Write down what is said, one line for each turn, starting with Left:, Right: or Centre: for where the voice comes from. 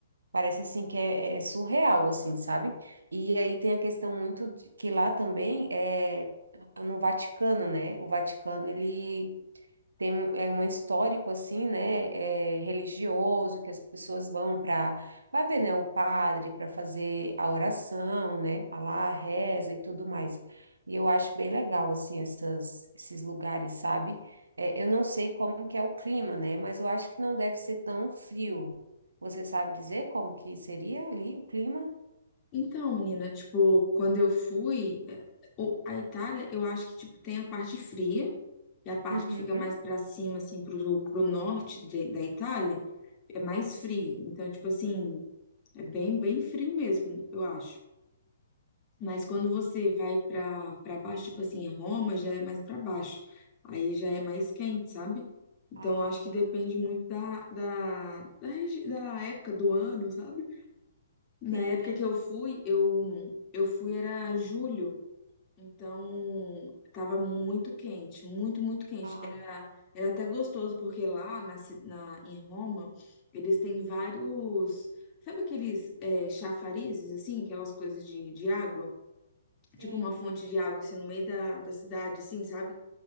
Right: parece, assim, que é, é é surreal, assim, sabe? E aí tem a questão muito de, que lá também é no Vaticano, né? O Vaticano, ele tem um, é um histórico assim, né, é, religioso que as pessoas vão para, vai ver, né, o padre para fazer a oração, né, a lá a reza e tudo mais. E eu acho bem legal assim essas, esses lugares, sabe? É, eu não sei como que é o clima, né, mas eu acho que não deve ser tão frio. Você sabe dizer como que seria ali o clima?
Left: Então, menina, tipo, quando eu fui, é, o- a Itália, eu acho que, tipo, tem a parte fria, e a parte
Right: Uhum.
Left: que fica mais pra cima, assim, pro, pro norte de- da Itália, é mais
Right: Sim.
Left: frio. Então, tipo assim, é bem, bem frio mesmo, eu acho. Mas quando você vai pra, pra baixo, tipo assim, Roma já é mais pra baixo. Aí já é mais quente, sabe? Então,
Right: Ah,
Left: eu acho que
Right: tá.
Left: depende muito da, da, da, regi- da época do ano, sabe? Na
Right: sim.
Left: época que eu fui, eu, eu fui era julho, então tava muito quente, muito, muito quente.
Right: Ah,
Left: Era, era até gostoso, porque lá na, ci- na, em Roma, eles têm vários. Sabe aqueles é, chafarizes, assim, aquelas coisas de, de
Right: hum,
Left: água? Tipo
Right: sim.
Left: uma fonte de água, assim, no meio da, da cidade, assim, sabe?